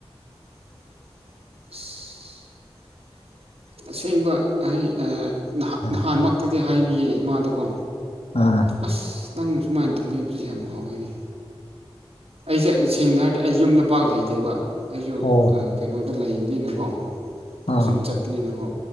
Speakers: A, on the right; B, on the left.
A: <unintelligible> ꯑꯁꯦꯡꯕ ꯑꯩ
B: ꯑꯥ
A: ꯅꯍꯥꯟꯃꯛꯇꯗꯤ ꯍꯥꯏꯕꯤꯌꯦ ꯏꯃꯥꯗꯀꯣ
B: ꯑꯥ
A: ꯑꯁ ꯅꯪ ꯁꯨꯃꯥꯏꯅ ꯊꯣꯡꯕꯤꯕꯁꯦ ꯌꯥꯝ ꯍꯥꯎꯋꯤꯅꯦ ꯑꯩꯁꯦ ꯁꯦꯡꯅ ꯍꯥꯏꯔꯗꯤ ꯑꯩ ꯌꯨꯝꯗ ꯄꯥꯛ ꯂꯩꯇꯦꯕ ꯑꯩꯁꯨ
B: ꯑꯣ
A: ꯀꯩꯅꯣ ꯑ ꯗ ꯂꯩꯕꯅꯤꯅꯀꯣ ꯄꯣꯠꯁꯤꯡ
B: ꯑꯥ
A: ꯆꯠꯄꯅꯤꯅꯀꯣ